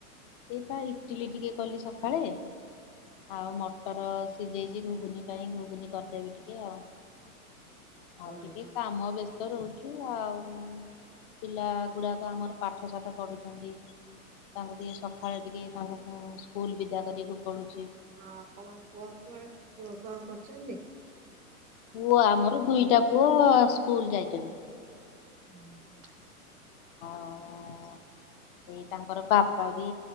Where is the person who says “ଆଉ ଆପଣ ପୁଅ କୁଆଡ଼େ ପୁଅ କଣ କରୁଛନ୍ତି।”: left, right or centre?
Right